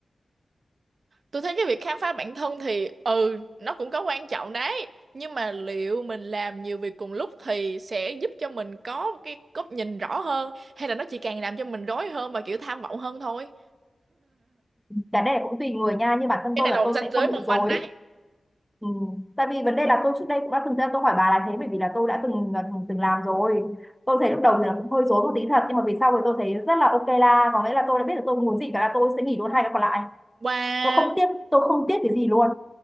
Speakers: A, on the right; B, in the centre.
A: Tôi thấy cái việc khám phá bản thân thì ừ nó cũng có quan trọng đấy nhưng mà liệu mình làm nhiều việc cùng lúc thì sẽ giúp cho mình có một cái góc nhìn rõ hơn hay là nó chỉ càng làm cho mình rối hơn và kiểu tham vọng hơn thôi
B: cái này cũng tùy người nha nhưng bản thân
A: cái
B: tôi
A: này
B: là
A: là một
B: tôi
A: ranh
B: sẽ
A: giới
B: không bị
A: mong
B: rối
A: manh đấy
B: Ừ. Tại vì vấn đề là tôi trước đây cũng đã từng ra tôi hỏi bà là thế bởi vì là tôi đã từng từng, từng làm rồi tôi thấy lúc đầu thì là cũng hơi rối một tí thật nhưng mà về sau thì tôi thấy rất là ok la có nghĩa là tôi đã biết được tôi muốn gì cả là tôi sẽ nghỉ luôn hai cái còn lại
A: wow
B: tôi không tiếc tôi không tiếc cái gì luôn